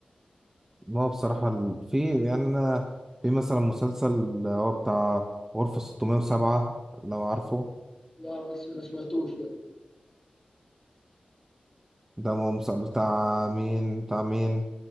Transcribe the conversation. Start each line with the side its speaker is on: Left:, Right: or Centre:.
Right: ما هو بصراحة ال- في يعني أنا في مثلا مسلسل هو بتاع غرفة 607 لو عارفه
Left: لا بس ما سمعتوش ده
Right: ده هو مس- بتاع مين بتاع مين